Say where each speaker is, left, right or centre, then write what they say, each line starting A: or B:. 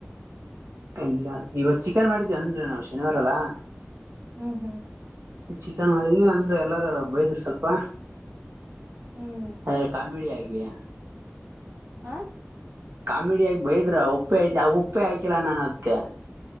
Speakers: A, on the right; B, on the right.
A: ಇಲ್ಲ ಇವ ಚಿಕನ್ ಮಾಡಿದವಿ! ಅಂದ್ರೆ ನಾವು ಶನಿವಾರ ಅಲ್ಲಾ? <inaudible>
B: ಹ್ಮ್ ಹ್ಮ್. <inaudible>
A: ಚಿಕನ್ನ ಇರಿ ಅಂದ್ರು ಎಲ್ಲಾರೂ ಬೈದ್ರು ಸ್ವಲ್ಪ.
B: ಹ್ಮ್
A: ಅಂದ್ರೆ ಕಾಮಿಡಿ ಆಗಿ.
B: ಆಹ್
A: ಕಾಮಿಡಿಯಾಗ್ ಬೈದ್ರು, ಉಪ್ಪೆ ಐತಿ ಅವ್ ಉಪ್ಪೆ ಹಾಕಿಲ್ಲ ನಾನ್ ಅದ್ಕೆ